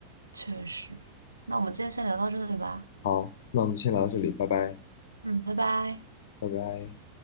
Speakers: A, on the right; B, on the left.
A: 确实。那我们今天先聊到这里吧。
B: 好，那我们就先聊到这里，拜拜，
A: 嗯，拜拜。
B: 拜拜。